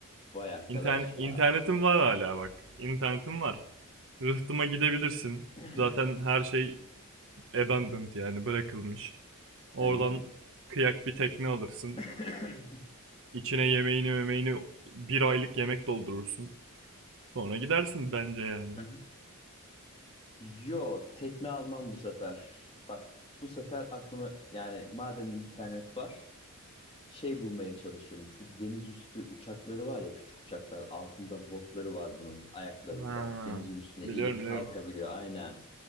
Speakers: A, on the left; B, on the right.
A: Vay
B: <laughs>
A: arkadaş
B: İnternet,
A: ya.
B: internetin var hala bak. İnternetim var. Rıhtıma gidebilirsin.
A: <clears throat>
B: Zaten her şey abandoned yani bırakılmış. Oradan
A: Aha.
B: kıyak bir tekne alırsın.
A: <laughs>
B: İçine yemeğini memeğini bir aylık yemek doldurursun. Sonra gidersin bence yani.
A: Aha. Yo, tekne almam bu sefer. Bak bu sefer aklıma yani madem internet var şey bulmaya çalışırım. Şu deniz üstü uçakları var ya küçük uçaklar altında botları var bunun ayaklarında.
B: Ha,
A: Denizin üstüne
B: biliyorum
A: inip
B: biliyorum.
A: kalkabiliyor aynen.